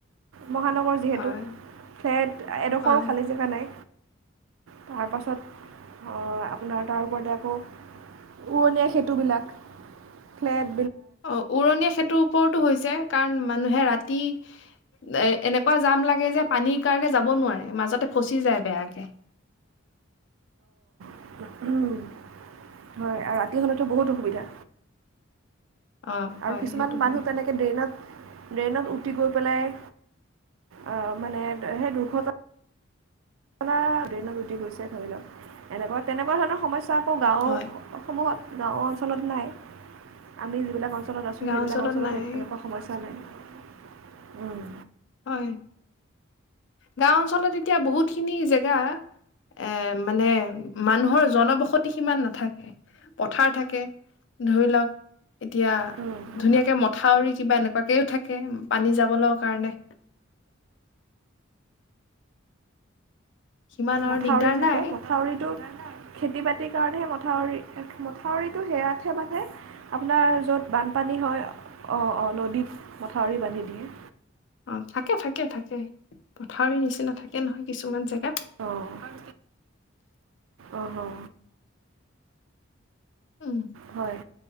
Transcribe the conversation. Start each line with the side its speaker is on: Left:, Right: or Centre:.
Right: মহানগৰ যিহেতু,
Left: হয়
Right: ফ্লেট এডোখৰো
Left: হয়
Right: খালী জেগা নাই। তাৰ পাছত অ আপোনাৰ তাৰ ওপৰতে আকৌ উৰণীয়া খেতি ভূলক, ফ্লেট।
Left: অ উৰণীয়া সেতু ওপৰতো হৈছে কাৰণ মানুহে ৰাতি এ এনেকুৱা জাম লাগে এ যে পানীৰ কাৰণে যাব নোৱাৰে, মাজতে ফচি বেয়াকে
Right: উম, হয় আৰু ৰাতি হলেতো বহুত অসুবিধা।
Left: অ হয়
Right: আৰু কিছুমান
Left: সেইটো
Right: পানী
Left: হয়
Right: তেনেকে ড্ৰাইনত ড্ৰাইনত উতি গৈ পেলাই অ মানে সেই দুখত আপোনাৰ দ্ৰাইনত উতি গৈছে ধৰি লওক এনেকুৱা তেনেকুৱা ধৰণৰ সমস্যা আকো গানসমূহত
Left: হয়
Right: গাওঁ অঞ্চলত নাই, আমি যিবিলাক তলত আছোঁ
Left: গাঁও
Right: সেইবিলাক অঞ্চলত
Left: নাই
Right: এনেকুৱা সমস্যা নাই। উম।
Left: হয়, গাওঁ অঞ্চলত এতিয়া বহুতখিনি জেগা এ মানে মানুহৰ জনৱস সতী সিমান নাথাকে, পথাৰ থাকে ধৰি লওক এতিয়া
Right: ধৰি
Left: ধুনীয়াকে মথাউৰি কিবা এনেকুৱাকৈও থাকে পানী যাবলৈ কাৰণে। সিমান আৰু
Right: মথাউৰি
Left: দিগদাৰ
Right: থাকে
Left: নাই
Right: মথাউৰিত খেতি বাতিৰ কাৰণেহে মথাউৰি মথাউৰিটো হেয়াতো বান্ধে আপোনাৰ যত বানপানী হয় অ অ নদীত মথাউৰি বান্ধি দিয়ে।
Left: অ', থাকে, থাকে, থাকে মথাউৰি নিচিনা থাকে। কে নহয় কিছুমান জেগাত
Right: অহ অ অ
Left: উম
Right: হয়